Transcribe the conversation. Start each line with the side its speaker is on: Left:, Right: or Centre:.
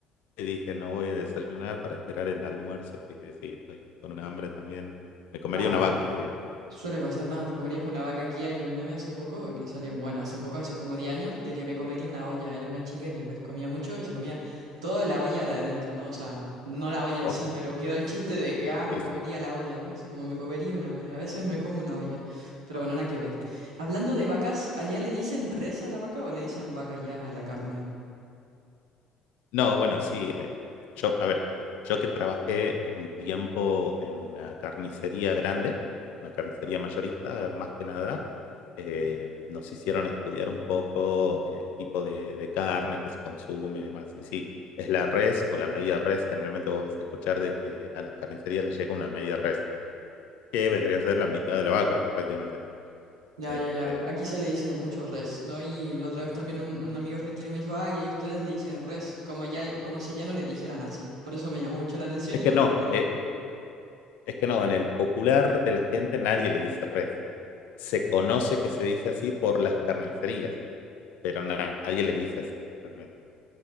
Left: y dije no voy a desayunar para esperar el almuerzo, así que sí, estoy con un hambre también. Me comería
Right: Ah,
Left: una vaca, diría alguien.
Right: suele pasar nada, te comerías una vaca aquí, hay un meme hace poco que salió, bueno, hace poco, hace como 10 años, de que me comería una olla, era una chica que pues comía mucho y se comía toda la olla de adentro, ¿no? O sea, no la olla
Left: Oh,
Right: en sí, pero quedó el chiste de que, ah, me
Left: sí,
Right: comería
Left: sí.
Right: la olla, ¿no? Así como me comería una olla, a veces me como una olla, pero bueno, nada que ver. Hablando de vacas, ¿allá le dicen res a la vaca o le dicen vaca ya a la carne?
Left: No, bueno, sí. eh, yo, a ver, yo que trabajé un tiempo en una carnicería grande, una carnicería mayorista, más que nada, eh, nos hicieron estudiar un poco el tipo de, de carne que se consume y demás. Y sí, es la res o la media res. Generalmente vos vas a escuchar de que a las carnicerías les llega una media res, que vendría a ser la mitad de la vaca, prácticamente.
Right: Ya,
Left: Este,
Right: ya, ya. Aquí se le dice mucho res, ¿no? Y la otra vez también un, un amigo argentino me dijo, ay, ahí ustedes le dicen res, como ya, como si allá no le dijeran así. Por eso me llamó mucho la atención
Left: es
Right: y
Left: que
Right: todo
Left: no,
Right: recordé.
Left: eh, es que no, en el popular de la gente nadie le dice res. se conoce que se dice así por las carnicerías, pero nadie le dice así realmente.